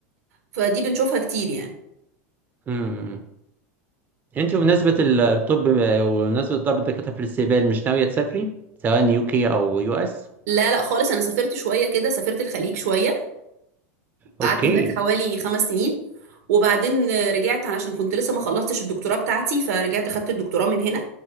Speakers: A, on the right; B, on the right.
A: فدي بنشوفها كتير يعني
B: امم امم، امم. انت بمناسبه الطب آه، وبمناسبه ضرب الدكاتره في الاستقبال مش ناويه تسافري سواء يو كي او يو اس
A: لا لا خالص انا سافرت شويه كده سافرت الخليج شويه قعدت
B: اوكي
A: هناك حوالي خمس سنين وبعدين آه، رجعت علشان كنت لسه ما خلصتش الدكتوراه بتاعتي فرجعت خدت الدكتوراه من هنا